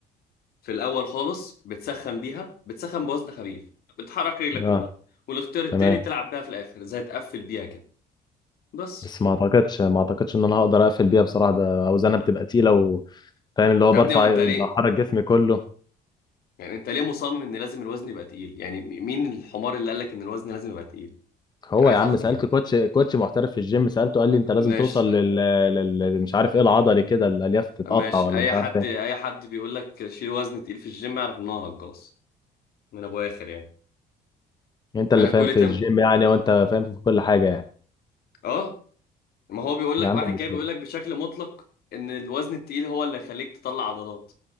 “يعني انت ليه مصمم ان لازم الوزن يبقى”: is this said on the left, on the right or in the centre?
Left